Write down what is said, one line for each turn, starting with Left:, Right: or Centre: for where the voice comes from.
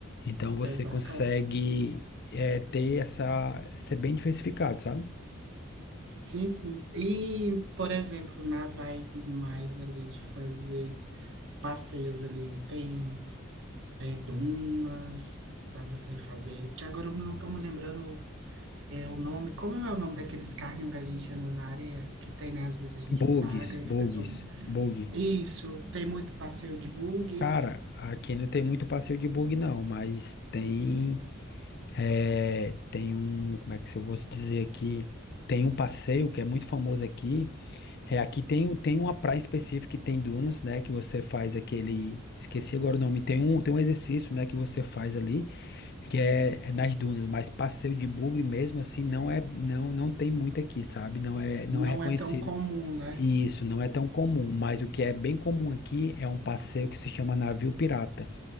Left: Então você
Right: É bacana.
Left: consegue é, ter essa, ser bem diversificado, sabe?
Right: Sim, sim. E, por exemplo, na vibe mais ali de fazer passeios ali, tem é, dunas para você fazer. Que agora eu não tô me lembrando é, o nome. Como é o nome daqueles carrinhos que a gente anda na areia? Que tem, né? Às vezes a gente
Left: Bogues,
Right: paga e
Left: bogues,
Right: faz o...
Left: bug.
Right: Isso, tem muito passeio de buggy.
Left: Cara, aqui não tem muito passeio de bug não, mas tem eh, tem um, como é que se eu vou dizer aqui, tem um passeio que é muito famoso aqui, é, aqui tem, tem uma praia específica que tem dunas, né, que você faz aquele, esqueci agora o nome, tem um, tem um exercício, né, que você faz ali, que é, é nas dunas, mas passeio de bug mesmo assim não é, não, não tem muito aqui, sabe, não é, não
Right: Não
Left: é reconhecido.
Right: é tão comum, né?
Left: Isso não é tão comum, mas o que é bem comum aqui é um passeio que se chama navio pirata